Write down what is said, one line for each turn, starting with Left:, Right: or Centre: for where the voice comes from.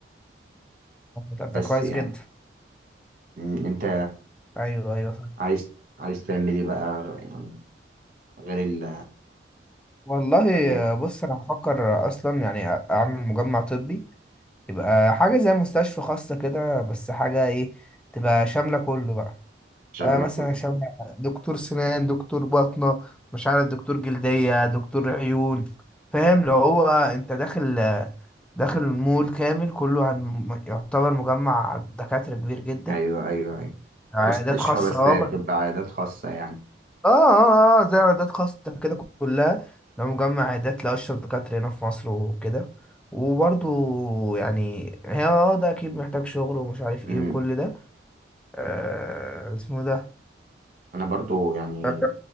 Centre: طب ده
Right: بس
Centre: كويس
Right: يعني
Centre: جدا
Right: م، أنت
Centre: ايوه ايوه فاهم.
Right: عايز عايز تعمل إيه بقى يعني غير ال
Centre: والله
Right: عيادة
Centre: آه، بص انا بفكر اصلا يعني اعمل مجمع طبي يبقى حاجة زي مستشفى خاصة كده بس حاجة ايه تبقى شاملة كله بقى
Right: شاملة
Centre: آه مثلا
Right: كله
Centre: شبه دكتور سنان دكتور باطنة مش عارف دكتور جلدية دكتور عيون فاهم لو هو انت داخل داخل المول كامل كله عن يعتبر مجمع دكاترة كبير جدا
Right: أيوه أيوه أيوه
Centre: عيادات
Right: مستشفى
Centre: خاصة
Right: بس
Centre: اه بس-
Right: تبقى عيادات خاصة يعني
Centre: اه اه آه، زي عيادات خاصة كده كلها لو مجمع عيادات لأشهر دكاترة هنا في مصر وكده وبرضو يعني هي اه آه، ده أكيد محتاج شغل ومش عارف ايه
Right: أمم.
Centre: وكل ده آه اسمه ده
Right: أنا برضو يعني
Centre: اه